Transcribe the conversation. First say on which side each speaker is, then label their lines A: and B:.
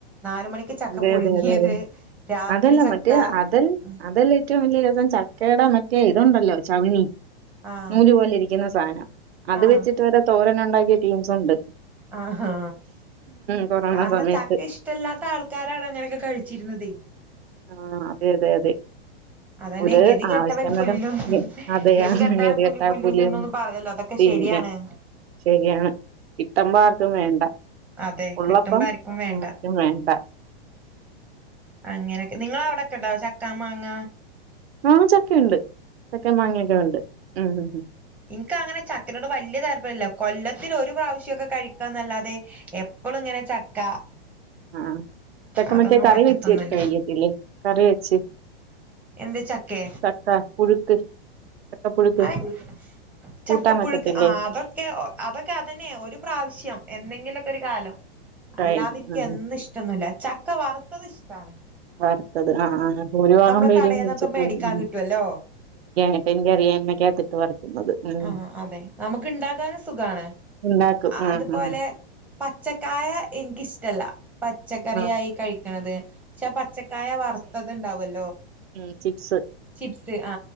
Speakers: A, in the centre; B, on the right (about 85°).
A: നാല് മണിക്ക് ചക്ക
B: അതെ
A: പുഴുങ്ങിയത്
B: അതെ അതെ അതെ
A: രാത്രി
B: അതല്ല
A: ചക്ക
B: മറ്റേ അതൽ
A: ഉം
B: അതല്ല ഏറ്റവും വലിയ രസം ചക്കേട മറ്റെ ഇതുണ്ടല്ലോ ചവണി
A: ആഹ്
B: നൂല് പോലെ ഇരിക്കിന്ന സാനം അത്
A: ആഹ്
B: വെച്ചിട്ട് വരെ തോരനൊണ്ടാക്കിയ ടീംസുണ്ട്
A: ആഹാ
B: കൊറോണ
A: കാരണം
B: സമയത്ത്
A: ചക്ക ഇഷ്ടല്ലാത്ത ആൾക്കാരാണ് അങ്ങനെയൊക്കെ കഴിച്ചിരുന്നതെ
B: ആഹ് അതെ അതെ അതെ
A: അതന്നെ
B: ഒരു
A: ഗതി കെട്ടവൻ
B: ആവശ്യം
A: പുല്ലും
B: വരും അതെ
A: ഗതി
B: ആ
A: കെട്ടാൽ
B: ഗതികെട്ടാ
A: പുലി പുല്ലും
B: പുലിയും
A: തിന്നുംന്ന് പറയല്ലോ അതൊക്കെ
B: പിന്നെ
A: ശരിയാ ആണ്
B: ശരിയാണ് ഇട്ടമ്പ ആർക്കും വേണ്ട
A: അതെ
B: ഉള്ളപ്പം
A: കിട്ടുമ്പോ ആർക്കും വേണ്ട
B: വേണ്ട
A: അങ്ങനെയൊക്കെ നിങ്ങള അവിടെക്കെണ്ട ചക്കാ മാങ്ങ
B: ആ ചക്കണ്ട് ചക്കെ മാങ്ങൊക്കെ ഉണ്ട് മ് മ്
A: ഇനക്ക് അങ്ങനെ ചക്കരോട് വലിയ താല്പര്യമല്ല കൊല്ലത്തിൽ ഒരു പ്രാവശ്യംക്കെ കഴിക്കന്നല്ലാതെ അതെ എപ്പളും ഇങ്ങനെ ചക്ക
B: ആ ചക്ക
A: അതൊന്നും
B: മറ്റേ കറി
A: പറ്റത്തൊന്നുല്ല
B: വെച്ച് കഴിക്കത്തില്ലേ കറി വെച്ച്
A: എന്ത് ചക്കേ
B: ചക്ക പുഴുക്ക് ചക്കപ്പുഴുക്ക്
A: <unintelligible>
B: കൂട്ടാൻ
A: ചക്കപ്പുഴുക്ക്
B: വെക്കത്തില്ലേ
A: ആ അതൊക്കെ അതൊക്കെ അതന്നെ ഒരു പ്രാവശ്യം എന്തെങ്കിലുക്കെ ഒരു കാലം
B: കഴിക്കും
A: അല്ലാതെ എനിക്ക്ന്ന
B: ഉം ഉം.
A: ഇഷ്ടൊന്നുല്ല ചക്ക വറുത്തത് ഇഷ്ടാണ്
B: <unintelligible> ത്തത് ആ ഒരു ഭാഗം
A: നമ്മള്
B: വരും
A: കടേന്നൊക്കെ
B: വച്ചിട്ട്
A: മേടിക്കാൻ
B: <unintelligible>
A: കിട്ടുവല്ലോ
B: ഇപ്പ എനിക്കറിയാം എന്നക്കകത്തിട്ട് പറക്കുന്നത് മ്
A: ആഹ് അതെ നമുക്ക് ഇണ്ടാക്കാനും സുഖാണ്
B: ഉണ്ടാക്കും ആ
A: അതുപോലെ
B: മ്
A: പച്ചക്കായ എനിക്കിഷ്ടല്ല പച്ചക്കറിയായി
B: ആ
A: കഴിക്കണത് ക്ഷെ പച്ചക്കായ വറുത്തത് ണ്ടാവല്ലോ
B: മ് ചിപ്സ്
A: ചിപ്സ് ആ